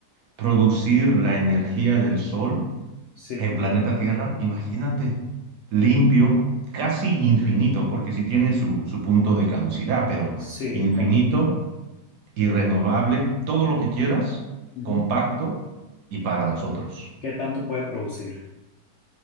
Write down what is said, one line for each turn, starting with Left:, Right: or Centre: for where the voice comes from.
Right: producir la energía del sol
Left: Sí,
Right: en planeta Tierra, imagínate, limpio, casi infinito, porque sí tiene su, su punto de caducidad, pero
Left: sí,
Right: infinito.
Left: como,
Right: y renovable, todo lo que quieras,
Left: ujú.
Right: compacto y para nosotros.
Left: ¿Qué tanto puede producir?